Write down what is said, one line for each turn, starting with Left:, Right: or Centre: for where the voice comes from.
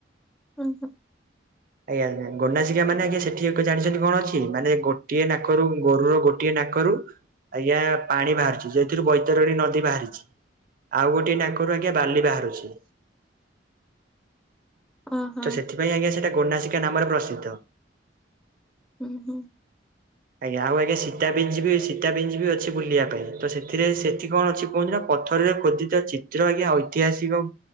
Centre: ଉଁ ହୁଁ।
Right: ଆଜ୍ଞା। ଗୋନାସିକା ମାନେ ଆଜ୍ଞା ସେଠି ଏକ ଜାଣିଛନ୍ତି କଣ ଅଛି, ମାନେ ଗୋଟିଏ ନାକରୁ ଗୋରୁ ରୋ ଗୋ ଗୋଟିଏ ନାକରୁ ଆଜ୍ଞା ପାଣି ବାହାରୁଚି। ଯେ ଏଥିରୁ ବୈତରଣୀ ନଦୀ ବାହାରିଚି। ଆଉ ଗୋଟିଏ ନାକରୁ ଆଜ୍ଞା ବାଲି ବାହାରୁଚି।
Centre: <inaudible> ଓହୋ
Right: ତ ସେଥିପାଇଁ ଆଜ୍ଞା ସେଟା ଗୋନାସିକା ନାମରେ ପ୍ରସିଦ୍ଧ।
Centre: ହୁଁ ହୁଁ।
Right: ଆଜ୍ଞା ଆଉ ଆଜ୍ଞା ସୀତାବିଞ୍ଜି ବି ସୀତାବିଞ୍ଜି ବି ଅଛି ବୁଲିବା ପାଇଁ। ତ ସେ ସେଥିରେ ସେଠି କଣ ଅଛି କୁହନ୍ତ ନା ପଥରରେ ଖୋଦିତ ଚିତ୍ର ଆଜ୍ଞା ଐତିହାସିକ